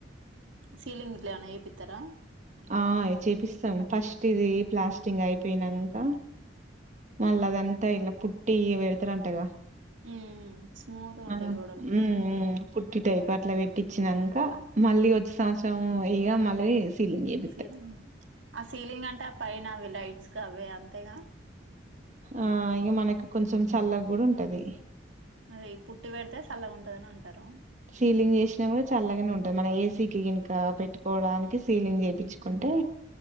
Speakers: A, on the right; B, on the right.
A: సీలింగ్ ఇట్లా ఏమన్నా యేపిత్తారా
B: ఆ చేపిస్తాం ఫస్ట్ ఇది ప్లాస్టింగ్ అయిపోయినాంక మళ్ళా అదంతా ఇలా పుట్టి ఇడ పెడతారంటాగ
A: హ్మ్ స్మూత్గా
B: మ్మ్
A: ఉంటాయి గోడలు
B: హ్మ్ పుట్టి టైప్ అట్లా పెట్టించినాక మళ్ళీ వచ్చే సంవత్సరం ఇగ మళ్ళీ సీలింగ్ చె
A: సీలింగ్ ఆ సీలింగ్ అంటే ఆ పైన అవి లైట్స్ కీ కవ్వె అవ్వె అంతేనా
B: ఆ ఇక మనకి కొంచెం చల్లగా కూడా ఉంటది
A: అదే ఈ పుట్టి పెడితే చల్లగా ఉంటదని అంటారు
B: సీలింగ్ చేసినా కూడా చల్లగానే ఉంటది మన ఏసీకి గినుక పెట్టుకోవడానికి సీలింగ్ చేపిచ్చు కుంటే